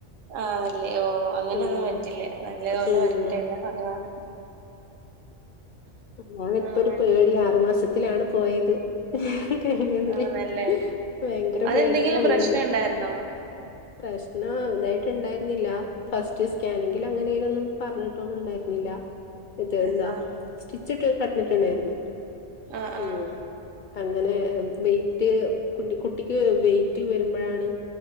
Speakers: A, on the right; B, on the left.
A: ആഹ് നല്ല ഓ അങ്ങനെയൊന്നും
B: ഉം
A: പറ്റില്ല നല്ല പോലെ
B: ഉം
A: വരട്ടെല്ല ഭഗവാൻ
B: ന്നാലും ഇപ്പോരു
A: ആഹ്
B: പേടി ആറു മാസത്തിലാണ് പോയത് വേം കഴിഞ്ഞതിലേയ്
A: ആണല്ലേ
B: ഭയങ്കര
A: അതെന്തെങ്കിലും
B: പേടില്ല ഉള്ളതെന്നെ
A: പ്രശ്നം ഉണ്ടായിരുന്നോ
B: പ്രശ്നം അതായിട്ട്ണ്ടായിരുന്നില്ല ഫസ്റ്റ് സ്കാനിങ്ങിലങ്ങെനേനൊന്നും പർഞ്ഞിട്ടൊന്നുണ്ടായ്ര്ന്നില്ല ഇത്
A: ആഹ്
B: ന്താ ചിട്ട കടന്നിട്ടുണ്ടായിരുന്നു
A: ആഹ്
B: ഉം
A: ആഹ്
B: അങ്ങനെ വെറ്റ് കു കുട്ടിക്ക് വെറ്റ് വരുമ്പോഴാണ്